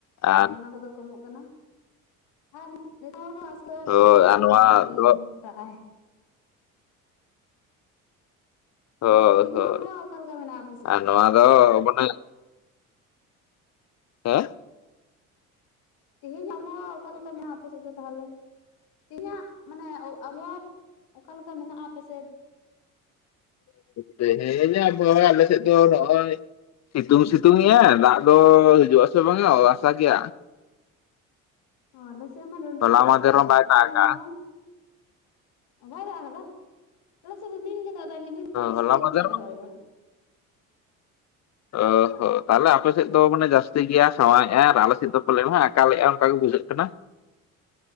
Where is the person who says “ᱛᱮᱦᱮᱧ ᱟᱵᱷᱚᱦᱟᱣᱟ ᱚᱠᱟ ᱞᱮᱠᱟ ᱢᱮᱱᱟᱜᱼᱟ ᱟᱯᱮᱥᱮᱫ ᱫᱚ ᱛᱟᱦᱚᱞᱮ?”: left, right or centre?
Left